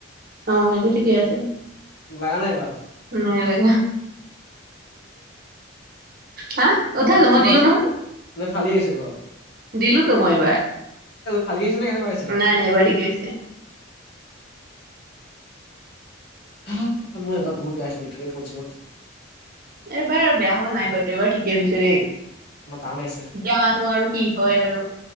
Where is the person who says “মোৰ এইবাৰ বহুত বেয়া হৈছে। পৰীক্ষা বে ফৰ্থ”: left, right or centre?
Left